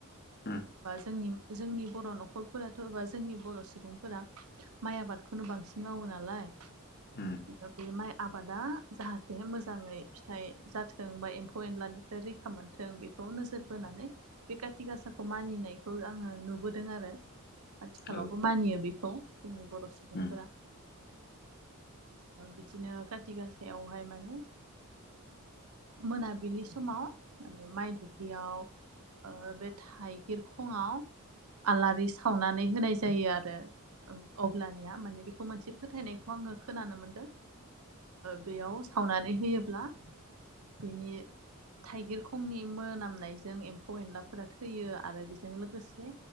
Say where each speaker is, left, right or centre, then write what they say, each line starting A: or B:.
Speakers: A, on the left; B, on the right.
A: उम
B: बा जोंनि जोंनि बर' न'खरफोराथ' एबा जोंनि बर' सुबुंफोरा माइ आबादखौनो बांसिन मावो नालाय
A: उम
B: बे माइ आबादा जाहाथे मोजाङै फिथाइ जाथों बा एम्फौ एनलानिफ्राय रै खा मोनथों बेखौ नोजोर बोनानै बे काति गासाखौ मानिनायखौ आङो नुबोदों आरो आथिखालावबो
A: औ उम
B: मानियो बेखौ जोंनि बर' सुबुंफोरा
A: उम
B: बिदिनो खाथि गासायावहाय माने मोनाबिलि समाव माने माइ दुब्लियाव बे थाइगिरखङआव आलारि सावनानै होनाय जायो आरो अब्लानिया माने बेखौ मोनसे फोथायनायखौ आङो खोनानो मोनदों बेयाव सावनानै होयोब्ला बिनि थाइगिर खंनि मोनामनायजों एम्फौ एनलाफोरा थैयो आरो बेजों लोगोसे